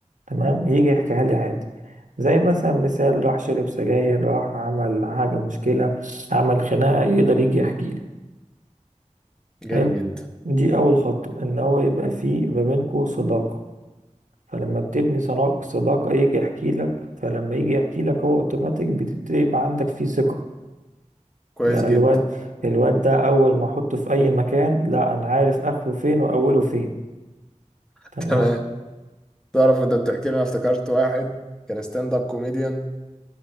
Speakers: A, on the right (about 80°); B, in the centre.
A: تمام يجي يحكيها لي عادي زي مثلا مثال راح شرب سجاير راح عمل حاجه مشكله عمل خناقه يقدر يجي يحكي لي
B: جامد
A: حلو
B: جدا
A: دي اول خطوه ان هو يبقى فيه ما بينكوا صداقه فلما بتبني صنا- صداقه يجي يحكي لك فلما يجي يحكي لك هو اوتوماتيك بتبتدي يبقى عندك فيه ثقه
B: كويس
A: لا
B: جدا
A: الواد الواد ده اول ما احطه في اي مكان لا انا عارف اخره فين واوله فين
B: <laughs>
A: تمام
B: تمام تعرف وانت بتحكي لي انا افتكرت واحد كان ستاند اب كوميديان